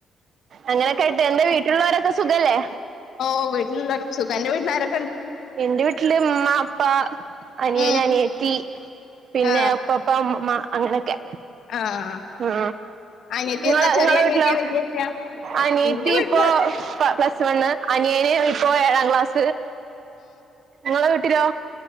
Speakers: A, on the right; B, on the left.
A: അങ്ങനൊക്കെ ആയ്ട്ട് എന്തേ വീട്ടുള്ളവരൊക്കെ സുഖല്ലേ
B: ഓ വീട്ടിലുള്ളൊരോക്കെ സുഖാന്റെ വീട്ടിലാര്
A: ഇൻ്റെ വീട്ടില് ഉമ്മ, അപ്പ, അനിയന്,
B: ഉം
A: അനിയത്തി പിന്നെ
B: ആഹ്
A: ഉപ്പപ്പ ഉമ്മ്മ്മ അങ്ങനൊക്കെ
B: ആഹ്
A: ആ
B: അനിയത്തി
A: ഇങ്ങളെ
B: എന്താ ചെറിയ
A: ഇങ്ങള
B: അനിയത്തിയാ
A: വീട്ടിലോ
B: വല്യത്തിയാ
A: അനീത്തിപ്പോ
B: ഇന്റെ വീട്ടില്
A: പ പ്ലസ് വണ്ണ് അനിയന് പ്പോ ഏഴാം ക്ലാസ്സ് ങ്ങളെ വീട്ടിലോ